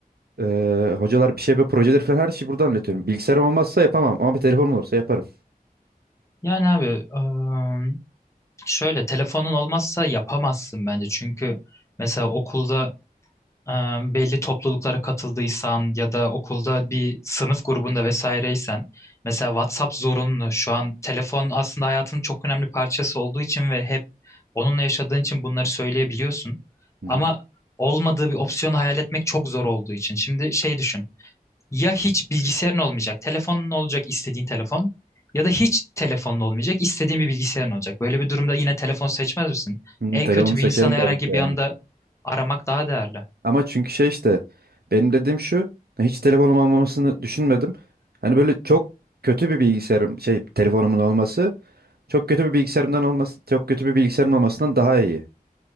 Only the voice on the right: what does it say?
Ee, hocalar bir şey yapıyor, projeleri falan her şeyi buradan anlatıyorum. Bilgisayarım olmazsa yapamam ama bir telefonum olursa yaparım.
Hı hı.
Hı,
telefonu
seçerim
tabii
ki de yani.
Ama çünkü şey işte benim dediğim şu hiç telefonum olmamasını düşünmedim. Hani böyle çok kötü bir bilgisayarım şey telefonumun olması çok kötü bir bilgisayarımdan olması çok kötü bir bilgisayarım olmasından daha iyi.